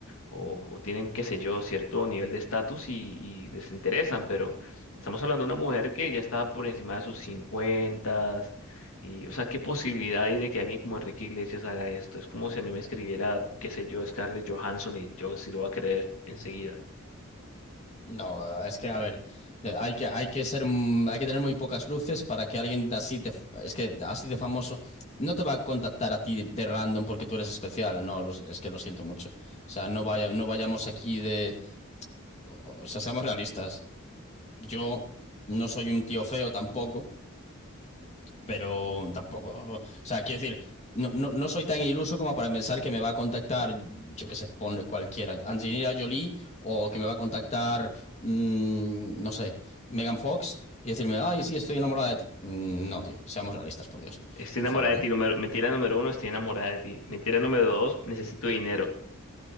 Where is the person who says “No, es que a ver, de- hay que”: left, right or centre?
Left